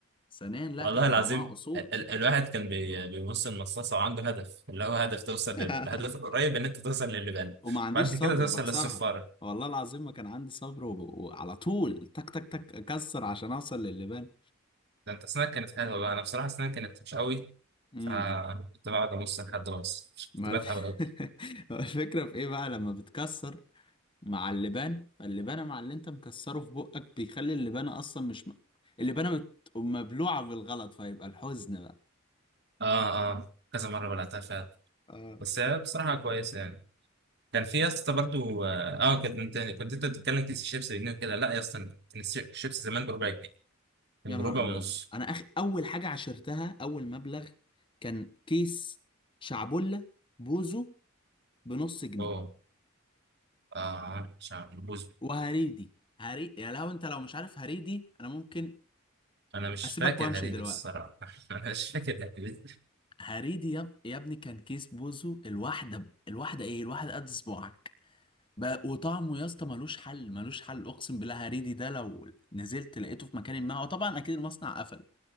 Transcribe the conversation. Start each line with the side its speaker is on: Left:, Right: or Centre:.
Left: ثانيا لا
Right: والله
Left: كان
Right: العظيم
Left: طعمها أصول
Right: ال ال الواحد كان بي بيبص المصاصة وعنده هدف اللي هو هدف توصل
Left: <laughs>
Right: للهدف القريب ان انت توصل للبان
Left: وما عنديش
Right: بعد
Left: صبر
Right: كده توصل
Left: بكسرها
Right: للصفارة
Left: والله العظيم ما كان عندي صبر وب... وعلى طول تك تك تك اكسر عشان اوصل للبان
Right: ده انت اسنانك كانت حلوة بقى انا بصراحة اسناني كانت مش قوي
Left: امم
Right: فكنت بقعد ابص لحد ما اوصل
Left: ما
Right: كنت
Left: الف...
Right: بتعب قوي
Left: <laughs> ما الفكره في ايه بقى لما بتكسر مع اللبان فاللبانه مع اللي انت مكسره في بقك بيخلي اللبانه اصلا مش م... اللبانه بت... مبلوعه بالغلط فيبقى الحزن بقى
Right: اه اه كذا مرة بلعتها فعلا
Left: آه.
Right: بس هي بصراحة كويسة يعني كان في يا اسطى برضه اه آه، كنت انت كنت انت بتتكلم كيس الشيبس بجنيه وكده لا يا اسطى انا كنت كيس الشيبس زمان بربع جنيه كان
Left: يا
Right: بربع
Left: نهار
Right: ونص
Left: ابيض انا اخ اول حاجه عشرتها اول مبلغ كان كيس شعبولة بوزو بنص جنيه
Right: اوه اه مش عارف بوز
Left: وهريدي هري يا لو انت لو مش عارف هريدي انا ممكن
Right: انا مش
Left: اسيبك
Right: فاكر
Left: وامشي
Right: هريدة
Left: دلوقتي
Right: الصراحه <laughs> انا مش فاكر هريدة
Left: هريدي يا, يا ابني كان كيس بوزو الواحده ب- الواحده ايه الواحده قد صباعك بقى وطعمه يا اسطى ملوش حل ملوش حل اقسم بالله هريدي ده لو نزلت لقيته في مكان ما هو طبعا اكيد المصنع قفل